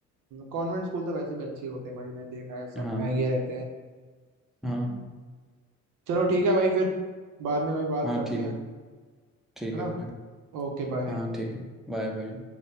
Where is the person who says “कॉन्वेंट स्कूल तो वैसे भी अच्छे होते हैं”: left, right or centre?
Right